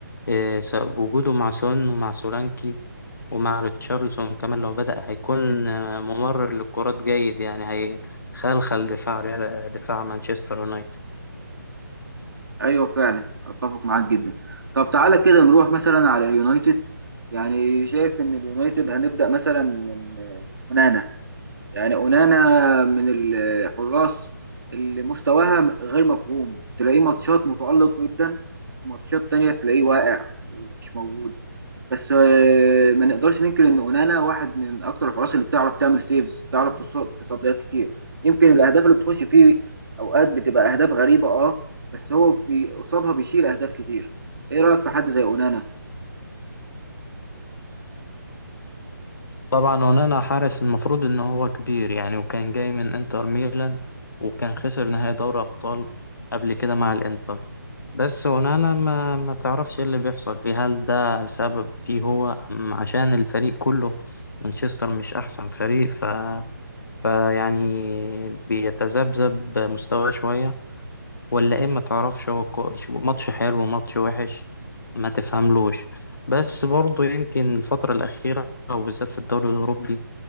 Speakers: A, on the left; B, on the right.
A: آه، س- وجوده مع سون ومع سولانكي ومع ريتشارلسون كمان لو بدأ هيكون آه، ممرر للكرات جيد يعني هيخلخل دفاع ريال- دفاع مانشستر يونايتد
B: ايوه فعلا اتفق معاك جدا طب تعالى كده نروح مثلا على اليونايتد يعني شايف ان اليونايتد هنبدأ مثلا من آه، ونانا يعني اونانا من الحراس اللي مستواها غير مفهوم تلاقيه ماتشات متألق جدا ماتشات تانية تلاقيه واقع ومش موجود بس آه، ما نقدرش ننكر ان اونانا واحد من اكتر الحراس اللي بتعرف تعمل سيفز بتعرف تص- تصديات كتير يمكن الاهداف اللي بتخش فيه اوقات بتبقى اهداف غريبة اه بس هو بي- قصادها بيشيل اهداف كتير ايه رأيك في حد زي اونانا
A: طبعا ونانا حارس المفروض ان هو كبير يعني وكان جاي من انتر ميلان وكان خسر نهائي دوري ابطال قبل كده مع الانتر بس ونانا ما ما تعرفش إيه اللي بيحصل فيه هل ده سبب فيه هو أم عشان الفريق كله مانشستر مش احسن فريق ف فيعني بيتذبذب مستواه شوية ولا ايه ما تعرفش هو كو- ماتش حلو وماتش وحش ما تفهملوش بس برضه يمكن الفترة الأخيرة وبالذات في الدوري الأوروبي